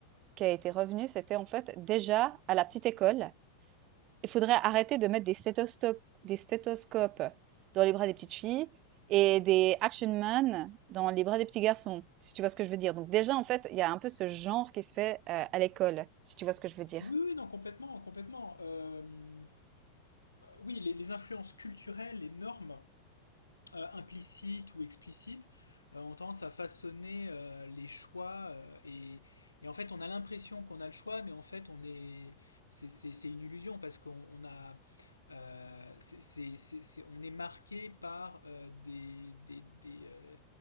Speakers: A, on the right (about 35°); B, on the left (about 80°).
A: qui a été revenu, c'était en fait déjà à la petite école, il faudrait arrêter de mettre des, stéthosto- des stéthoscopes dans les bras des petites filles et des action man dans les bras des petits garçons, si tu vois ce que je veux dire. Donc déjà, en fait, il y a un peu ce genre qui se fait euh, à l'école, si tu vois ce que je veux dire.
B: Oui, oui, non, complètement, complètement. Euh, oui, les, les influences culturelles, les normes euh, implicites ou explicites euh, ont tendance à façonner euh, les choix euh, et, et en fait on a l'impression qu'on a le choix mais en fait on est c'est c'est- c'est une illusion parce qu'on on a euh, c'est c'est- c'est- c'est- on est marqué par euh, des des, des, euh,